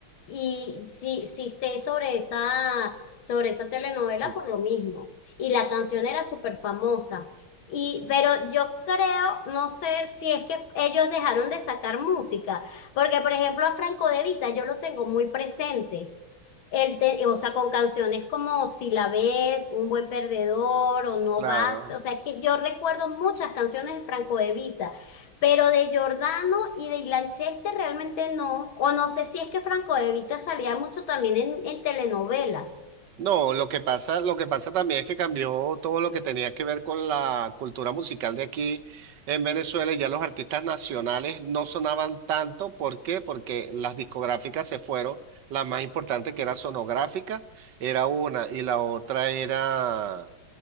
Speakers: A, on the left; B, on the right.
A: Y sí, sí sé sobre esa, sobre esa telenovela
B: <laughs>
A: por lo mismo. Y la canción era súper famosa. Y, pero yo creo, no sé si es que ellos dejaron de sacar música, porque por ejemplo a Franco De Vita yo lo tengo muy presente. Él te- o sea, con canciones como Si la ves, Un buen perdedor o No
B: Claro.
A: basta. O sea, es que yo recuerdo muchas canciones de Franco De Vita, pero de Giordano y de Ilan Chester realmente no. O no sé si es que Franco De Vita salía mucho también en en telenovelas.
B: No, lo que pasa, lo que pasa también es que cambió todo lo que tenía que ver con la cultura musical de aquí en Venezuela y ya los artistas nacionales no sonaban tanto. ¿Por qué? Porque las discográficas se fueron. La más importante que era Sonográfica era una y la otra era